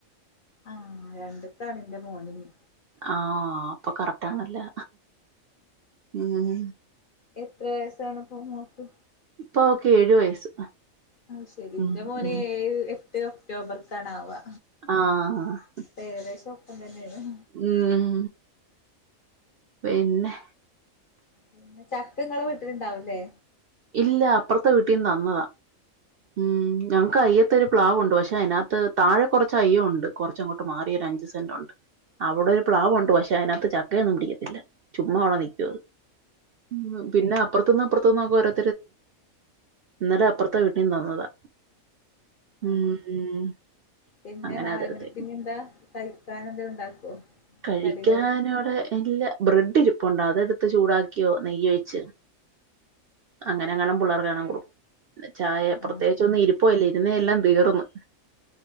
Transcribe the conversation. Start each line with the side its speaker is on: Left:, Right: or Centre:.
Left: ആഹ് രണ്ട്ക്കാണ് ൻ്റെ മോനെനി.
Right: ആഹ് അപ്പൊ കറക്റ്റാണല്ലോ ഉം
Left: എത്ര വയസ്സാണിപ്പോ മോൾക്ക്?
Right: ഇപ്പ ഓക്ക് ഏഴു വയസ്സ്.
Left: അത് ശരി
Right: ഉം
Left: ൻ്റെ മോന്
Right: ഉം
Left: ഏഴ് എ എട്ട് ഒക്ടോബർക്കാണ് ആവാ
Right: ആഹ് ആഹ് ആഹ്
Left: അപ്പൊ ഏകദേശം ഒപ്പം തന്നെയാണ്.
Right: ഉം പിന്നെ
Left: പിന്നെ ചക്കങ്ങളെ വീട്ടില്ണ്ടാവു ല്ലേ?
Right: ഇല്ല അപ്പുറത്തെ വീട്ടീന്ന് തന്നതാ, ഉം ഞങ്ങക്ക് അയ്യത്ത് ഒരു പ്ലാവുണ്ട്, പക്ഷെ അതിനാത്ത് താഴെ കൊറച്ച് അയ്യണ്ട് കുറച്ചങ്ങോട്ട് മാറി ഒരു അഞ്ചു സെന്റുണ്ട്, അവിടെ ഒരു പ്ലാവുണ്ട്, പക്ഷെ അതിനാത്ത് ചക്കയൊന്നും പിടിക്കത്തില്ല, ചുമ്മാ അവിടെ നിക്കാ. ഉം പിന്നെ അപ്പറത്തൂന്നും ഇപ്പറത്തൂന്നൊക്കെ ഓരോ ഇന്നലെ അപ്പുറത്തെ വീടിന് തന്നതാ ഉം
Left: ആഹ്
Right: അങ്ങനെ
Left: പിന്നെ
Right: അങ്ങനെ
Left: നാല്
Right: ആ അത്‌ എടുത്തേ
Left: മണിക്ക് ഇനി എന്താ കഴിക്കാൻ എന്തേലും ഉണ്ടാക്കോ
Right: കഴിക്കാനോടെ
Left: കടികള്
Right: എല്ലാ ബ്രെഡിലും ഇ അപ്പം ഉണ്ട് അതെടുത്ത് ചൂടാക്കിയോ നെയ്യ് ഒഴിച് അങ്ങനെങ്ങണം പിള്ളേ കാണാൻ കൊടുക്കും ചായ പ്രത്യേകിച്ച്
Left: ആഹ്
Right: ഒന്നും ഇരിപ്പല്ല ഇരുന്നേ എല്ലാം തീർന്ന്